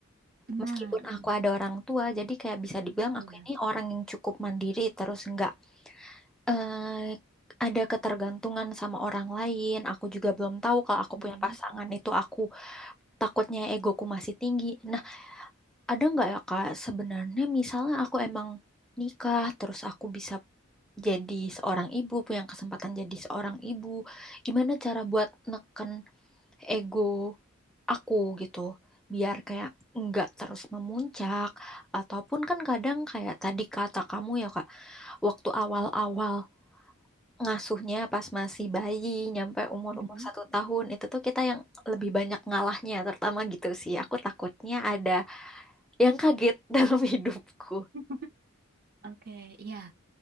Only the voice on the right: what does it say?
Nah,
ya.
Mm-mm.
Mm-mm.
<laughs> Oke, ya.